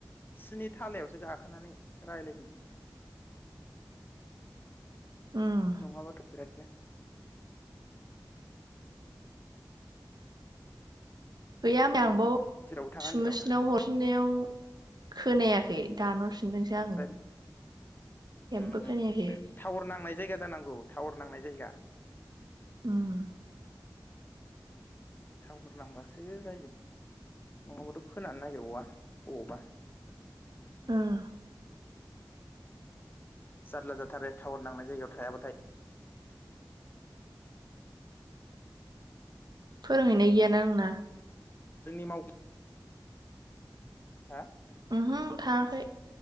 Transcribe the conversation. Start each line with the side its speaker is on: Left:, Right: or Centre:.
Left: सिनि थालायावसो गाखोनानै रायज्लायफैदों <inaudible>
Right: उम
Left: नङाबाथ' बिरादनो <inaudible>
Right: गैया <unintelligible>
Left: जेरावबो थाङा होनदों
Right: सुमुसिनाव
Left: नामा
Right: हरफिननायाव खोनायाखै दानहर फिनदोंसो
Left: ओमफ्राय
Right: आङो जेबो
Left: उम
Right: खोनायाखै
Left: उम टावार नांनाय जायगा जानांगौ टावार नांनाय जायगा
Right: ओम
Left: थावारनांबासो जायो नङा बाबथ' खोनानो नागिरबावबा बबावबा
Right: ओम
Left: जारला जाथारो टावन नांनाय जायगायाव थायाबाथाय
Right: फोरोंहैनाय गैयाना आंना
Left: जोंनि माव <inaudible> हा?
Right: ओमहो थाङाखै,